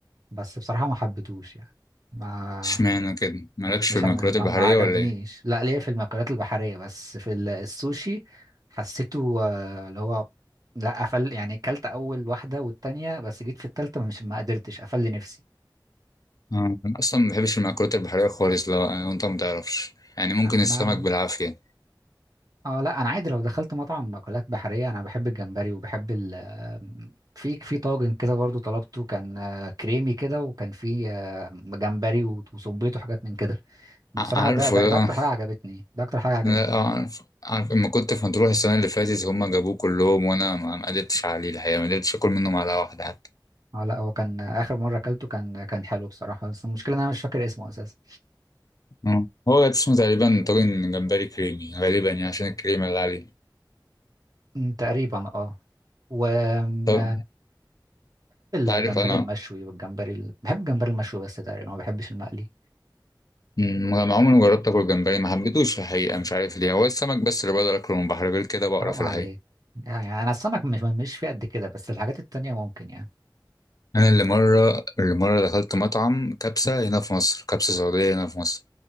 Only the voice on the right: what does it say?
بس بصراحه ما حبيتهوش يعني ما
مش
ما, ما
ما عجبنيش
لا ليا في المأكولات البحريه بس في ال- السوشي حسيته آه، اللي هو لا قفل يعني اكلت اول واحده والتانيه بس جيت في التالته مش ما قدرتش قفل لي نفسي
انا
اه لا انا عادي لو دخلت مطعم اكلات بحريه انا بحب الجمبري وبحب ال في في طاجن كده برضو طلبته كان آه، كريمي كده وكان فيه آه، جمبري وصبيته وحاجات من كده بصراحه
ده, ده
ده اكتر
حاجه عجبتني ده اكتر حاجه عجبتني
اه لا هو كان آه، اخر مره اكلته كان كان حلو بصراحه بس المشكله ان انا مش فاكر اسمه اساسا
أمم، تقريبا اه وبحب
الجمبري
المشوي والجمبري ال... بحب الجمبري المشوي بس تقريبا ما بحبش المقلي
حرام عليك
يعني انا السمك مش مش في قد كده بس الحاجات التانية ممكن يعني